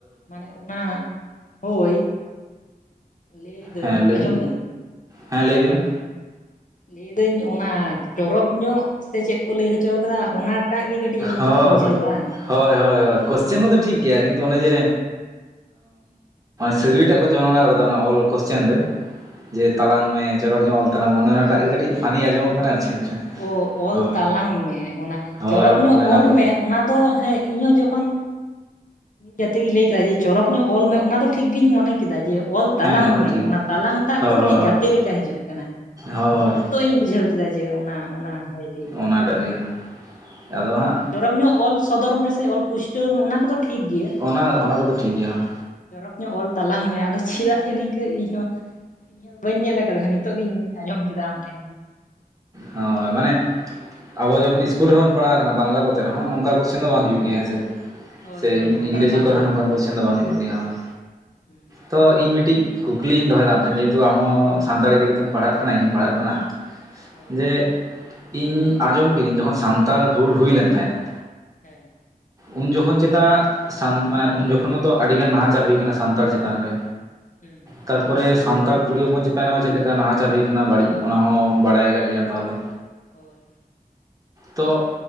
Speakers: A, on the left; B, on the right.
A: ᱢᱟᱱᱮ ᱚᱱᱟ ᱦᱳᱭ᱾ ᱞᱟᱹᱭᱫᱟᱹᱧ
B: ᱦᱮᱸ ᱞᱟᱹᱭ
A: ᱟᱸᱡᱚᱢ ᱢᱮ
B: ᱦᱮᱸ ᱞᱟᱹᱭᱤ ᱤᱫᱤᱢᱮ ᱢᱮ
A: ᱞᱟᱹᱭᱫᱟᱹᱧ ᱚᱱᱟ ᱪᱚᱨᱚᱠ ᱧᱚᱜ ᱥᱮ ᱪᱮᱫ ᱠᱚ ᱞᱟᱹᱭ ᱦᱚᱪᱚ ᱟᱠᱟᱫᱟ᱾ ᱚᱱᱟ ᱮᱴᱟᱜ ᱜᱮ ᱠᱟᱹᱴᱤᱡ ᱚᱱᱠᱟ
B: ᱦᱳᱭ
A: ᱯᱮ ᱵᱩᱡᱷᱟᱹᱣ ᱫᱚ ᱵᱟᱝ?
B: ᱦᱳᱭ ᱦᱳᱭ ᱦᱳᱭ, ᱠᱚᱥᱪᱮᱱ ᱠᱚᱫᱚ ᱴᱷᱤᱠ ᱜᱮᱭᱟ ᱠᱤᱱᱛᱩ ᱚᱱᱮ ᱡᱮ ᱥᱟᱹᱜᱟᱹᱭ ᱴᱟᱜ ᱠᱚ ᱡᱚᱱᱲᱟᱣ ᱠᱟᱫᱟ, ᱚᱱᱟ ᱚᱞ ᱠᱚᱥᱪᱮᱱ ᱨᱮ ᱡᱮ ᱛᱞᱟᱝ ᱢᱮ ᱪᱚᱨᱚᱠ ᱧᱚᱜ ᱚᱞ ᱛᱟᱞᱟᱝ ᱢᱮ, ᱚᱱᱮ ᱚᱱᱟᱴᱟᱜ ᱜᱮ ᱠᱟᱹᱴᱤᱡ ᱯᱷᱟᱱᱤ ᱟᱸᱡᱚᱜ ᱠᱟᱱᱟ ᱟᱨ ᱪᱮᱫ?
A: ᱚ ᱚᱞ
B: ᱦᱳᱭ
A: ᱛᱟᱞᱟᱝ ᱢᱮ ᱚᱱᱟ
B: ᱦᱳᱭ
A: ᱪᱚᱨᱚᱠ
B: ᱦᱳᱭ
A: ᱧᱚᱜ
B: ᱚᱱᱮ ᱚᱱᱟ
A: ᱚᱞ
B: ᱠᱚ
A: ᱢᱮ ᱚᱱᱟ ᱫᱚ ᱦᱮᱸ ᱤᱧᱦᱚᱸ ᱡᱚᱠᱷᱚᱱ ᱡᱨᱛᱮᱜ ᱜᱮ ᱞᱟᱹᱭ ᱠᱮᱫᱟ ᱡᱮ ᱪᱚᱨᱚᱠ ᱧᱚᱜ ᱚᱞ ᱢᱮ ᱚᱱᱟ ᱫᱚ ᱴᱷᱤᱠ ᱜᱤᱧ ᱢᱚᱱᱮ ᱠᱮᱫ ᱠᱮᱫᱟ ᱡᱮ ᱚᱞ ᱛᱟᱞᱟᱝ
B: ᱦᱮᱸ ᱫᱚ
A: ᱢᱮ,
B: ᱴᱷᱤᱠ
A: ᱚᱱᱟ ᱛᱞᱟᱝ ᱴᱟᱜ
B: ᱦᱳᱭ
A: ᱫᱚ ᱠᱟᱹᱴᱤᱡ
B: ᱦᱳᱭ
A: ᱜᱟᱛᱮ ᱞᱮᱠᱟ ᱦᱤᱡᱩᱜ ᱠᱟᱱᱟ᱾
B: ᱦᱳᱭ ᱦᱳᱭ
A: ᱚ ᱱᱤᱛᱚᱜ ᱤᱧ ᱵᱩᱡᱷᱟᱹᱣ ᱠᱮᱫᱟ ᱡᱮ ᱚᱱᱟ᱾ ᱚᱱᱟ ᱦᱩᱭ᱾
B: ᱚᱱᱟᱴᱟᱜ ᱜᱮ, ᱟᱫᱚ
A: ᱢᱟᱱᱮ
B: ᱦᱟᱸᱜ -
A: ᱪᱚᱨᱚᱠ ᱧᱚᱜ ᱚᱞ ᱥᱚᱫᱚᱨ ᱢᱮᱥᱮ ᱚᱞ ᱯᱩᱥᱴᱟᱹᱣ ᱢᱮ ᱚᱱᱟ ᱠᱚᱫᱚ ᱴᱷᱤᱠ ᱜᱮᱭᱟ᱾
B: ᱚᱱᱟ ᱚᱱᱟ ᱠᱚᱫᱚ ᱴᱷᱤᱠ ᱜᱮᱭᱟ
A: ᱪᱚᱨᱚᱠ ᱧᱚᱜ ᱚᱞ ᱛᱟᱞᱟᱝ ᱢᱮ, ᱟᱫᱚ ᱪᱮᱫᱟᱜ ᱡᱮ ᱱᱤᱝᱠᱟᱹ ᱤᱧᱦᱚᱸ? ᱤᱧ ᱫᱚ ᱵᱟᱹᱧ ᱧᱮᱞ ᱟᱠᱟᱫᱟ᱾ ᱱᱤᱛᱚᱜ ᱜᱤᱧ ᱟᱸᱡᱚᱢ ᱠᱮᱫᱟ ᱟᱢ ᱴᱷᱮᱱ ᱜᱮ
B: ᱦᱳᱭ ᱢᱟᱱᱮ ᱟᱵᱚ ᱡᱚᱠᱷᱚᱱ ᱤᱥᱩᱞ ᱨᱮᱵᱚᱱ ᱯᱟᱲᱟᱣ ᱵᱟᱝᱞᱟ ᱠᱚᱛᱮ ᱨᱮᱦᱚᱸ, ᱱᱚᱝᱠᱟ ᱠᱚᱥᱪᱮᱱ ᱫᱚ ᱵᱟᱝ ᱦᱩᱭᱩᱜ ᱜᱮᱭᱟ ᱦᱮᱸ ᱥᱮ᱾
A: ᱦᱳᱭ
B: ᱥᱮ
A: ᱦᱳᱭ
B: ᱤᱝᱨᱮᱡᱤ
A: ᱱᱚᱝᱠᱟ ᱫᱚ ᱵᱟᱝ
B: ᱠᱚᱨᱮ
A: ᱦᱤᱡᱩᱜ
B: ᱦᱚᱸ ᱱᱚᱝᱠᱟᱱ
A: ᱜᱮᱭᱟ
B: ᱠᱚᱥᱪᱮᱱ ᱫᱚ ᱵᱟᱝ ᱦᱤᱡᱩᱜ ᱜᱮᱭᱟ ᱦᱳᱭ,
A: ᱦᱩᱸ
B: ᱛᱚ ᱤᱧ ᱢᱤᱫᱴᱤᱡ ᱠᱩᱠᱞᱤᱧ ᱫᱚᱦᱚᱭᱮᱫᱟ ᱟᱢ ᱴᱷᱮᱱ ᱡᱮᱦᱮᱛᱩ ᱟᱢᱦᱚᱸ ᱥᱟᱱᱛᱟᱲ ᱤᱫᱤ ᱠᱟᱛᱮᱢ ᱯᱟᱲᱦᱟᱜ ᱠᱟᱱᱟ, ᱤᱧᱤᱦᱚᱧ ᱯᱟᱲᱦᱟᱜ ᱠᱟᱱᱟ᱾
A: ᱦᱳᱭ
B: ᱡᱮ ᱤᱧ ᱟᱸᱡᱚᱢ ᱠᱤᱫᱟᱹᱧ ᱡᱚᱠᱷᱚᱱ ᱥᱟᱱᱛᱟᱲ ᱦᱩᱞ ᱦᱩᱭ ᱞᱮᱱ ᱛᱟᱦᱮᱸᱼᱟ?
A: ᱦᱮᱸ
B: ᱩᱱ ᱡᱚᱠᱷᱚᱱ ᱪᱮᱛᱟᱱ ᱢᱟᱱᱮ ᱩᱱ ᱡᱚᱠᱷᱚᱱ ᱢᱚᱛᱚ ᱟᱹᱰᱤᱜᱟᱱ ᱱᱟᱦᱟᱪᱟᱨ ᱦᱩᱭ ᱠᱟᱱᱟ ᱥᱟᱱᱛᱟᱲ ᱪᱮᱛᱟᱱ ᱨᱮ
A: ᱦᱩᱸ᱾
B: ᱛᱟᱨᱯᱚᱨᱮ ᱥᱟᱱᱛᱟᱲ ᱠᱩᱲᱤ ᱦᱚᱯᱚᱱ ᱪᱮᱛᱟᱱ ᱨᱮᱢᱟ ᱪᱮᱫ ᱞᱮᱠᱟ ᱱᱟᱦᱟᱪᱟᱨ ᱦᱩᱭᱟᱱᱟ ᱵᱟᱹᱲᱤᱡ ᱚᱱᱟ ᱦᱚᱸᱚᱸ ᱵᱟᱰᱟᱭ ᱜᱟ ᱜᱮᱭᱟ ᱛᱟᱦᱚᱞᱮ
A: ᱦᱳᱭ᱾
B: ᱛᱚᱜ